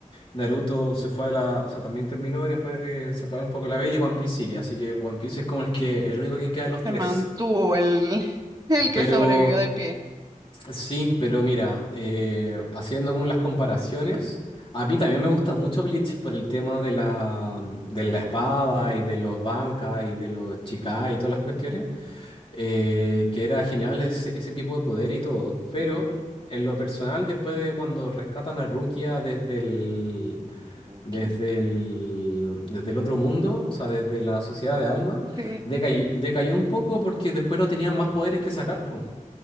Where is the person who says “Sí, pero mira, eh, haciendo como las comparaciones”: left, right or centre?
Left